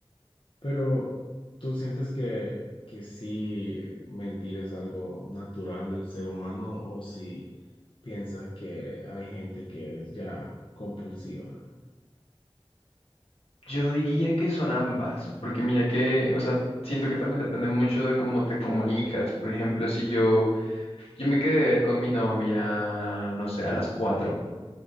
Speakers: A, on the left (about 60°); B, on the left (about 90°).
A: Pero, ¿tú sientes que, que sí mentir es algo natural del ser humano o si piensas que hay gente que es ya compulsiva?
B: Yo diría que son ambas, porque mira que, o sea, siento que también depende mucho de cómo te comunicas. Por ejemplo, si yo, yo me quedé de ver con mi novia, no sé, a las 4